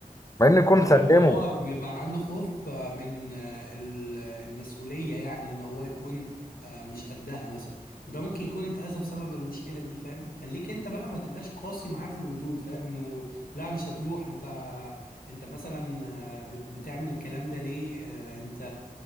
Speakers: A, on the left; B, on the left.
A: مع انه يكون
B: اه
A: سلمه
B: يبقى هو بيبقى عنده خوف آه، من آه، ال- المسؤولية يعني ان هو يكون آه، مش قدها مثلا وده ممكن يكون اتأذى بسبب المشكلة دي فاهم خليك انت بقى ما تبقاش قاسي معاه في الردود فاهم انه لا مش هتروح انت انت مثلا آه، بت- بتعمل الكلام ده ليه آه، انت